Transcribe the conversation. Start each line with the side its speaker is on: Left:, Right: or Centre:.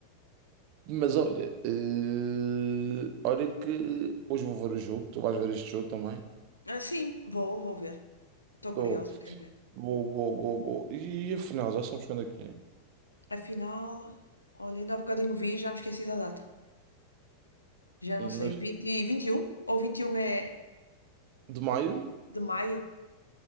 Right: Mas olha, eh, olha que hoje vou ver o jogo, tu vais ver este jogo também.
Left: Ah, Sim, vou, vou ver. Estou
Right: Vou,
Left: curiosa, quero ver.
Right: vou, vou, vou, vou. E afinal, já sabes quando é que é?
Left: Afinal, olha, ainda há bocadinho vi, já me esqueci da data. Já
Right: Na-
Left: não sei, vinte vinte e vinte e um ou 21 é
Right: De maio?
Left: de maio?